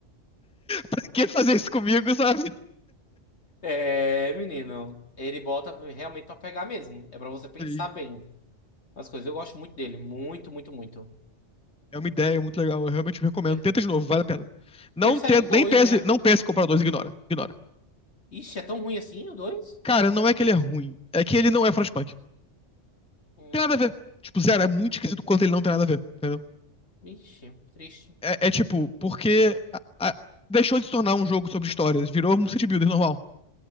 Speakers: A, in the centre; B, on the left (about 65°).
A: pra que fazer isso comigo, sabe?
B: É, menino. Ele bota realmente pra pegar mesmo. É pra você pensar
A: E
B: bem as coisas. Eu gosto muito dele. Muito, muito, muito.
A: É uma ideia muito legal, eu realmente recomendo.
B: É,
A: Tenta de novo, vale a pena. Não
B: Teve saiu
A: tenta,
B: dois
A: nem pense,
B: né?
A: não pense em comprar o dois, ignora, ignora.
B: Ixi, é tão ruim assim o dois
A: Cara, não é que ele é ruim, é que ele não é Frostpunk.
B: Hum.
A: Tem nada a ver. Tipo, zero, é muito esquisito quanto ele não tem nada a ver, entendeu?
B: Ixi, triste.
A: É, é tipo, porque a- a- deixou de se tornar um jogo sobre histórias, virou um city builder normal.